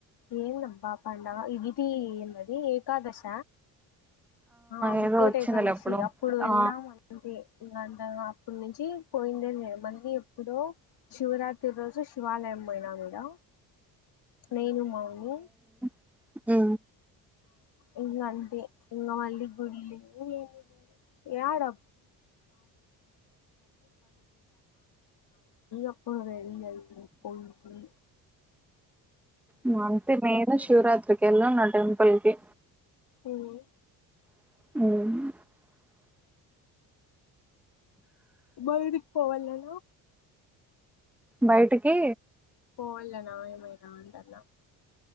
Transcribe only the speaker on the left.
ఏందబ్బా పాండగ ఇ గిది ఏమది ఏకాదశ ఆ ముక్కోటి
ఏకాదశి అప్పుడు వెళ్ళాం
అంటే ఇంకా అంతగా అప్పడు నుంచి పోయిందే లేదు మళ్ళీ ఎప్పుడో శివరాత్రి రోజు శివాలయం బోయినా దేవుడా నేను మావు
ఇంకా అంటే ఇంకా మళ్ళీ గుడి లేద్ లేద్ <unintelligible> అప్పుడు రెడి ఐతున్న పోయి పోయి
ఉమ్
బయటికి పోవాలనా
పోవాళ్ళన ఏంమేనా అంటున్న